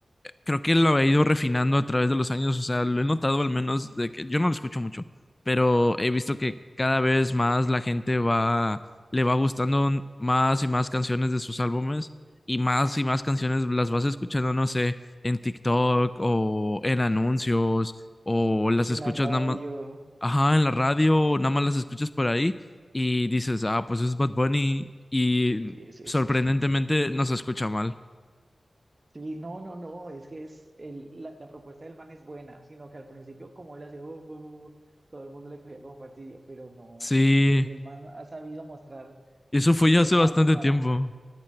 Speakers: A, on the left (about 30°); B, on the right (about 45°).
A: creo que lo he ido refinando a través de los años, o sea, lo he notado al menos de que yo no lo escucho mucho, pero he visto que
B: Sí.
A: cada vez más la gente va, le va gustando más y más canciones de sus álbumes y más y más canciones las vas escuchando, no sé, en TikTok o en anuncios o las escuchas
B: En la radio,
A: nada más, ajá, en la radio o nada más las escuchas por ahí y dices, ah, pues es Bad Bunny y
B: sí, es eso.
A: sorprendentemente no se escucha mal.
B: Sí, no, no, no, es que es el, la, la propuesta del man es buena, sino que al principio, como él hacía, "Uh, uh, uh", todo el mundo le cogía como fastidio, pero no,
A: Sí.
B: el, el, el man ha sabido mostrar
A: Eso fue
B: que
A: ya
B: tiene
A: hace bastante
B: algo para.
A: tiempo.